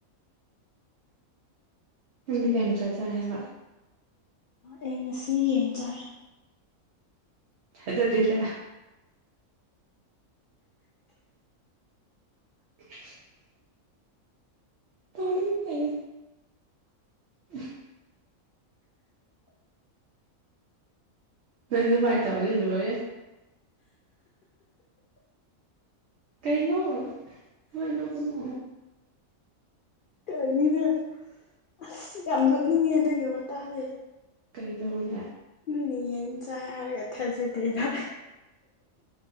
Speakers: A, on the right; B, on the left.
A: ꯌꯨꯝꯗ ꯀꯌꯥꯝ ꯆꯠꯆꯔꯦ ꯍꯥꯏꯕ
B: ꯑꯩ ꯉꯁꯤ ꯌꯦꯡ ꯆꯥꯏ
A: ꯊꯖꯗꯦꯗ <inaudible> <unintelligible> ꯎꯝ ꯅꯣꯏ ꯑꯗꯨꯃꯥꯏ ꯇꯧꯔꯗꯤ ꯂꯣꯏꯔꯦ ꯀꯩꯅꯣ ꯑꯗꯨꯃꯥꯏ ꯅꯣꯛꯀꯅꯣ
B: <unintelligible> ꯑꯁ ꯌꯥꯝ ꯅꯣꯛꯅꯤꯡꯉꯦ ꯅꯪꯒꯤ ꯋꯥꯇꯥꯖꯦ
A: ꯀꯩ ꯇꯧꯔꯤꯒꯦ
B: ꯌꯦꯟ ꯆꯥꯏ ꯍꯥꯏꯔꯒ ꯊꯥꯖꯗꯦꯗ